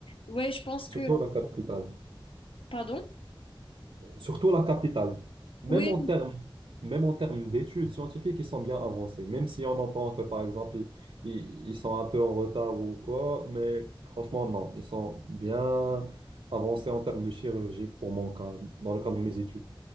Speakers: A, on the left (about 75°); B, on the right (about 80°).
A: ouais, je pense
B: Surtout
A: que.
B: la capitale.
A: Pardon?
B: Surtout la capitale. Même
A: Oui,
B: en termes, même en termes d'études scientifiques, ils sont bien avancés. Même si on entend que, par exemple, ils, ils- ils sont un peu en retard ou quoi, mais franchement, non. Ils sont bien avancés en termes de chirurgie pour mon cas, dans le cadre de mes études.